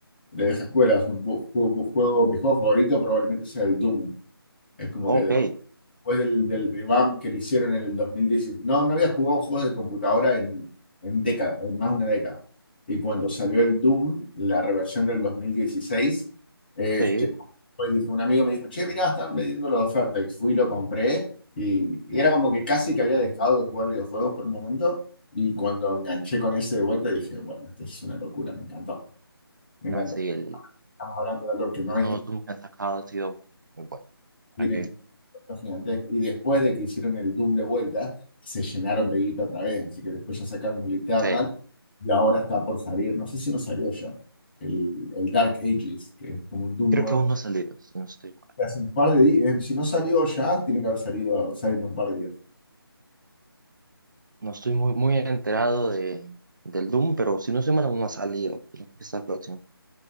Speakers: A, on the left; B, on the right.
A: de vieja escuela. Es un bu- ju- bu- juego, mi juego favorito probablemente sea el Doom. Es como
B: Ok,
A: que después del, del revamp que le hicieron en el 2016. No, no había jugado juegos de computadora en, en década, en más de una década. Y cuando salió el Doom, la reversión del 2016, este,
B: sí.
A: pues dije, un amigo me dijo, che, mirá, están vendiendo la oferta. Y fui, lo compré. Y, y era como que casi que había dejado de jugar videojuegos por un momento. Y cuando enganché con ese de vuelta, dije, bueno, esto es una locura, me encantó. Me
B: No,
A: encantó.
B: sí, el-
A: Estamos hablando de algo que no
B: los
A: es
B: nuevos Doom que han sacado han sido muy buenos.
A: tienen
B: ¿Para qué?
A: gigantesco. Y después de que hicieron el Doom de vuelta, se llenaron de guita otra vez. Así que después ya sacaron el Eternal
B: Sí,
A: y ahora está por salir. No sé si no salió ya. El, el Dark Ages, que es como un Doom
B: creo
A: nuevo.
B: que aún no ha salido, si no estoy mal.
A: que Hace un par de días. Si no salió ya, tiene que haber salido, salido en un par de días.
B: No estoy muy, muy enterado de, del Doom, pero si no estoy mal, aún no ha salido. Tiene que estar próximo.